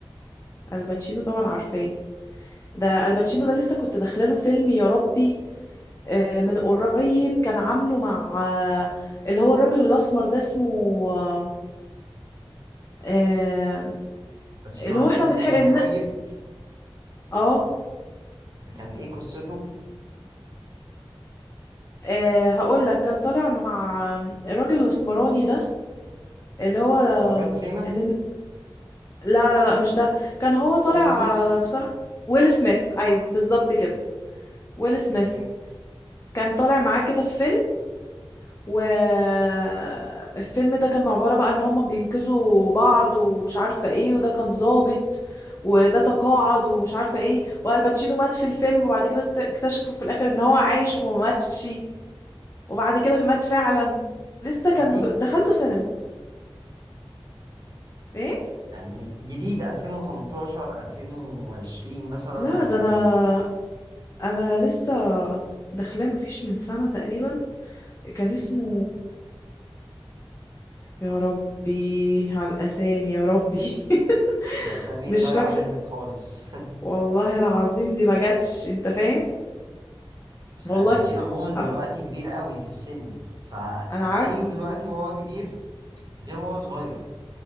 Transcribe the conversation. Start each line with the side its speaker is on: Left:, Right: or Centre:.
Left: الباتشينو طبعا عارفاه ده الباتشينو ده لسه كنت داخله له فيلم يا ربي آه، من قريب كان عامله مع آه، اللي هو الراجل الأسمر ده اسمه آه، آه،
Right: الباتشينو
Left: اللي
Right: عامل
Left: هو احنا
Right: فيلم
Left: بنحق
Right: من
Left: ال-
Right: قريب
Left: اه
Right: كان ايه قصته
Left: آه، هقول لك كان طالع مع آه، الراجل الأسمراني ده اللي هو آه،
Right: مورجان فريمان
Left: اللي... لا لا لا مش ده كان هو طالع
Right: ويل سميث
Left: آه، بصراحة ويل سميث ايوه بالظبط كده ويل سميث
Right: اوكي
Left: كان طالع معاه كده في فيلم والفيلم ده كان عبارة بقى ان هم بينقذوا بعض ومش عارفة ايه وده كان ظابط وده تقاعد ومش عارفة ايه والباتشينو مات في الفيلم وبعد كده ات- اكتشفوا في الاخر ان هو عايش وما ماتش وبعد كده مات فعلا لسه
Right: ده
Left: كان
Right: جديد
Left: دخلته سينما ايه
Right: يعني جديد 2018 2020 مثلا
Left: لا
Right: ولا
Left: ده انا انا لسه داخلاه مفيش من سنة تقريبا كان اسمه يا ربي على الاسامي يا ربي <laughs>
Right: الاسامي
Left: مش
Right: ضايعه
Left: فاكرة
Right: منك خالص <laughs>
Left: والله العظيم دي ما جاتش انت فاهم
Right: بس
Left: والله
Right: لا الباتشينو عموما دلوقتي
Left: أب...
Right: كبير قوي في السن فتمثيله
Left: انا عارف
Right: دلوقتي وهو كبير غير وهو صغير